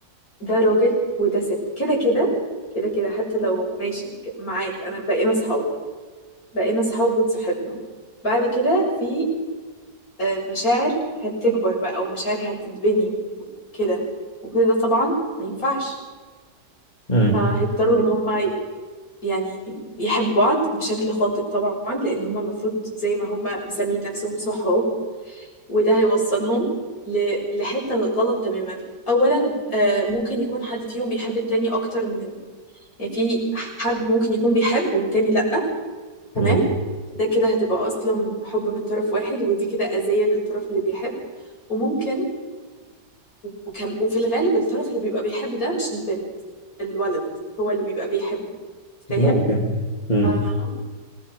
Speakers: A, on the left; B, on the left.
A: ده راجل وده ست كده كده كده كده حتى لو ماشي ك- معاك انا بقينا صحاب بقينا صحاب وتصاحبنا بعد كده في آه، مشاعر هتكبر بقى ومشاعر هتتبني وكده وكده طبعا ما ينفعش
B: امم
A: فهيضطروا ان هما ي- يعني يحبوا بعض بشكل خاطئ طبعا لان هما المفروض زي ما هما مسمين نفسهم صحاب وده هيوصلهم ل- لحتة غلط تماما أولا آه، ممكن يكون حد فيهم بيحب التاني أكتر من يعني في حد ممكن يكون بيحب والتاني لأ تمام
B: امم
A: ده كده هتبقى أصلا حب من طرف واحد ودي كده أذية للطرف اللي بيحب وممكن وكم وفي الغالب الطرف اللي بيبقى بيحب ده مش البنت الولد هو اللي بيبقى بيحبه فاهم؟
B: ممكن امم
A: آه